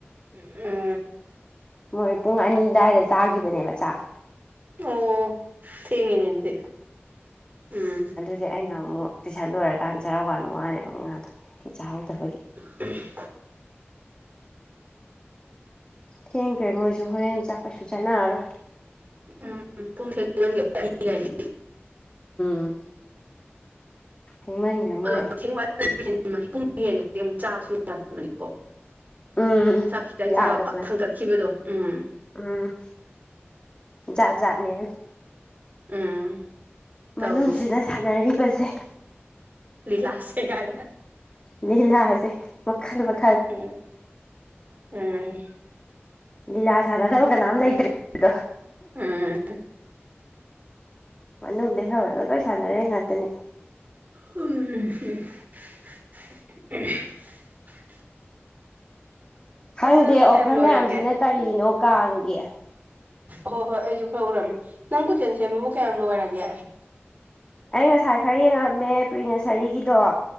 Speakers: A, on the right; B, on the left.
A: ꯎꯝ ꯎꯝ
B: ꯃꯣꯏ ꯄꯨꯡ ꯑꯅꯤ ꯑꯗꯨꯋꯥꯏꯗ ꯆꯥꯈꯤꯕꯅꯦꯕ ꯆꯥꯛ
A: ꯑꯣ ꯊꯦꯡꯉꯦꯅꯦ ꯑꯗꯨꯗꯤ ꯎꯝ
B: ꯍꯧꯖꯤ ꯑꯩꯅ ꯑꯃꯨꯛ ꯇꯨꯏꯁꯟ ꯂꯣꯏꯔꯀꯥꯟ ꯆꯔꯥ ꯋꯥꯟ ꯋꯥꯅꯦꯕ ꯉꯥꯗꯣ ꯆꯥꯍꯧꯗꯕꯒꯤ
A: <inaudible>
B: ꯊꯦꯡꯈ꯭ꯔꯦ ꯃꯣꯏꯁꯨ ꯍꯣꯔꯦꯟ ꯆꯥꯛ ꯀꯩꯁꯨ ꯆꯥꯟꯅꯔꯔꯣꯏ
A: ꯎꯝ ꯄꯨꯡ ꯊꯦꯡꯃꯟꯒꯔꯦ
B: ꯎꯟ ꯊꯦꯡꯃꯟꯒꯔꯦ ꯃꯣꯏ
A: ꯑꯗꯣ ꯊꯦꯡ ꯄꯨꯡ ꯍꯦꯟꯒꯔꯗꯤ ꯆꯥꯕꯁꯨ ꯌꯥꯗꯕꯅꯤꯀꯣ
B: ꯎꯝ
A: ꯆꯥꯛ ꯈꯤꯇꯪ
B: ꯌꯥꯗꯕ
A: ꯆꯥꯕ ꯄꯛ ꯊꯪꯒꯠꯈꯤꯕꯗꯣ ꯎꯝ
B: ꯎꯝ ꯌꯥꯥꯠꯅꯦ
A: ꯎꯝ
B: ꯃꯅꯨꯡꯁꯤꯗ
A: ꯇꯧꯔꯤꯁꯦ
B: ꯁꯥꯟꯅꯔꯤꯕꯁꯦ
A: ꯂꯤꯂꯥꯁꯦ ꯀꯥꯏꯅ
B: ꯂꯤꯂꯥꯁꯦ ꯃꯈꯜ ꯃꯈꯜ
A: ꯎꯝ ꯎꯝ
B: ꯂꯤꯂꯥ ꯁꯥꯟꯅꯗꯕ ꯀꯅꯥꯝ ꯂꯩꯇ꯭ꯔꯦ ꯍꯥꯏꯗꯣ
A: ꯎꯝ
B: ꯃꯅꯨꯡꯗ ꯍꯧꯔꯒ ꯂꯣꯏ ꯁꯥꯟꯅꯔꯤ ꯉꯥꯛꯇꯅꯤ
A: ꯑꯣ <unintelligible>
B: ꯈꯪꯗꯦ
A: ꯅꯪꯕꯨ
B: ꯑꯣꯐꯔ
A: ꯀꯌꯥꯝ ꯂꯣꯏꯔꯒꯦ
B: ꯃꯌꯥꯝꯁꯤꯅ ꯀꯔꯤꯅꯣ ꯀꯥꯡꯒꯤ <unintelligible>
A: ꯍꯣꯏ ꯍꯣꯏ ꯑꯩꯁꯨ ꯈꯔ ꯎꯔꯝꯃꯦ ꯅꯪ ꯀꯨꯣꯏꯁꯦꯟ ꯁꯦꯝꯕꯕꯨ ꯀꯌꯥꯝ ꯂꯣꯏꯔꯒꯦ
B: ꯑꯩ ꯉꯁꯥꯏ ꯈꯔ ꯌꯦꯡꯉꯝꯃꯦ ꯄ꯭ꯔꯤ ꯅꯁꯔꯤꯒꯤꯗꯣ